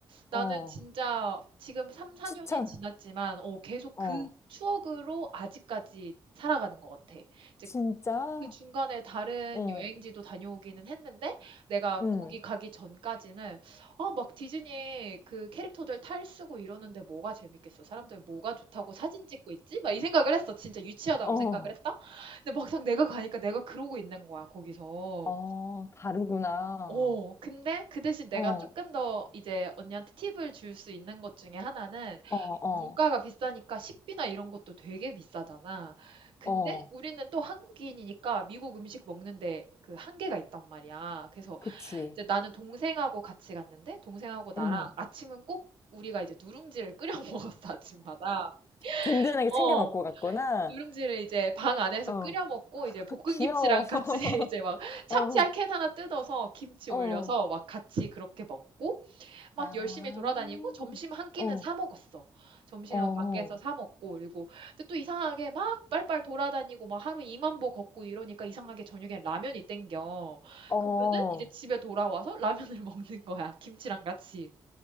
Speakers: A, on the right; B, on the left.
A: 나는
B: 어,
A: 진짜 지금 3, 4년이
B: 추천.
A: 지났지만, 어, 계속
B: 어,
A: 그 추억으로 아직까지 살아가는 것 같아. 이제
B: 진짜?
A: 그 중간에 다른
B: 어.
A: 여행지도 다녀오기는 했는데 내가
B: 응,
A: 거기 가기 전까지는 아, 막 디즈니 그 캐릭터들 탈 쓰고 이러는데 뭐가 재밌겠어? 사람들 뭐가 좋다고 사진 찍고 있지? 막 이 생각을 했어. 진짜 유치하다고
B: 어,
A: 생각을 했다. 근데 막상 내가 가니까 내가 그러고 있는 거야, 거기서.
B: 어, 다르구나.
A: 어, 근데 그 대신 내가
B: 어,
A: 조금 더 이제 언니한테 팁을 줄 수 있는 것 중에 하나는
B: 어, 어,
A: 물가가 비싸니까 식비나 이런 것도 되게 비싸잖아. 근데
B: 어,
A: 우리는 또 한국인이니까 미국 음식 먹는데 그 한계가 있단 말이야. 그래서
B: 그치.
A: 이제 나는 동생하고 같이 갔는데 동생하고 나랑
B: 응,
A: 아침은 꼭 우리가 이제 누룽지를 끓여 <laughs> 먹었어, 아침마다.
B: 든든하게
A: 어,
B: 챙겨 먹고 갔구나.
A: 누룽지를 이제 방 안에서
B: 어,
A: 끓여 먹고
B: <laughs>
A: 이제 볶은
B: 귀여워.
A: 김치랑 같이 <laughs>
B: <laughs>
A: 이제 막 참치야
B: 어,
A: 캔 하나 뜯어서 김치
B: 어,
A: 올려서 막 같이 그렇게 먹고 막
B: 아,
A: 열심히 돌아다니고 점심 한 끼는
B: 어,
A: 사 먹었어. 점심은
B: 어,
A: 밖에서 사 먹고 그리고 근데 또 이상하게 막 빨빨 돌아다니고 막 하루 2만 보 걷고 이러니까 이상하게 저녁엔 라면이 땡겨.
B: 어.
A: 그러면은 이제 집에 돌아와서 라면을 <laughs> 먹는 거야. 김치랑 같이.